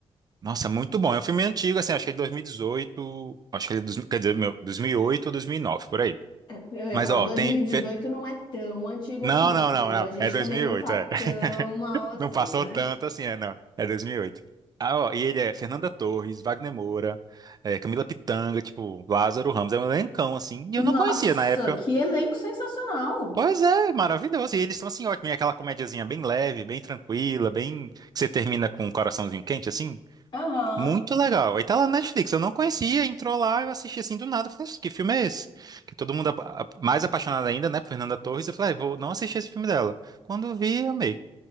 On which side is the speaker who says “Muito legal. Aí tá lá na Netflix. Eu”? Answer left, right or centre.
Right